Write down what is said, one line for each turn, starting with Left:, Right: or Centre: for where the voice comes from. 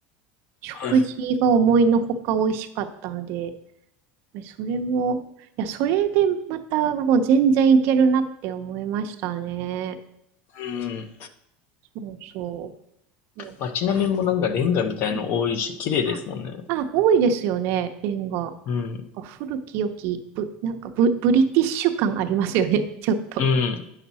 Right: 食事が思いのほか美味しかったんで、
Left: はい。
Right: それも、いや、それでまたもう全然いけるなって思いましたね。
Left: うん。
Right: そうそう。
Left: 街並みもなんかレンガみたいの多いし、
Right: うん
Left: 綺麗ですもんね。
Right: あ、あ多いですよね、レンガ。
Left: うん。
Right: なんか古き良き、ぶ、なんかブ、ブリティッシュ感ありますよね、<laughs> ちょっと。
Left: うん。